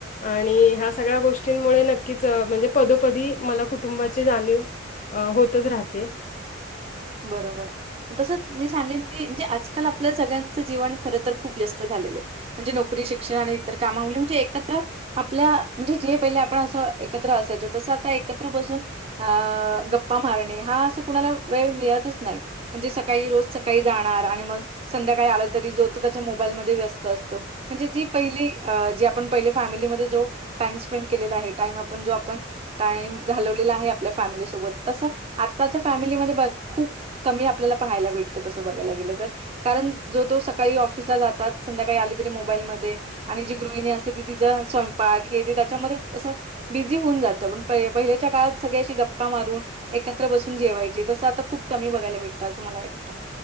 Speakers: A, on the left (about 40°); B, on the right (about 30°).
A: आणि ह्या सगळ्या गोष्टींमुळे नक्कीच म्हणजे पदोपदी मला कुटुंबाची जाणीव होतच राहते.
B: बरोबर तसंच मी सांगेन की म्हणजे आजकाल आपलं सगळ्यांचं जीवन खरं तर खूप व्यस्त झालेलं आहे. म्हणजे नोकरी शिक्षण आणि इतर कामामुळे म्हणजे एकत्र आपल्या म्हणजे जे पहिले आपण असं एकत्र असायचो तसं आता एकत्र बसून अ गप्पा मारणे हा असं कुणाला वेळ मिळतच नाही. म्हणजे सकाळी रोज सकाळी जाणार आणि मग संध्याकाळी आला तरी जो तो त्याच्या मोबाईलमध्ये व्यस्त असतो. म्हणजे जी पहिली जी आपण पहिले फॅमिलीमध्ये जो टाइम स्पेंड केलेला आहे टाइम आपण जो आपण. टाइम घालवलेला आहे आपल्या फॅमिलीसोबत तसं आत्ताच्या फॅमिलीमध्ये बघ खूप. कमी आपल्याला पाहायला भेटतं असं बघायला गेलं तर. कारण जो तो सकाळी ऑफिसला जातात संध्याकाळी आली तरी मोबाईलमध्ये. आणि जी गृहिणी असते ती तिचा स्वयंपाक हे ते त्याच्यामध्येच असं बिझी होऊन जातं पण पहिल्याच्या काळात सगळ्याशी गप्पा मारून एकत्र बसून जेवायचे. तसं आता खूप कमी बघायला भटतं असं मला वाटतं.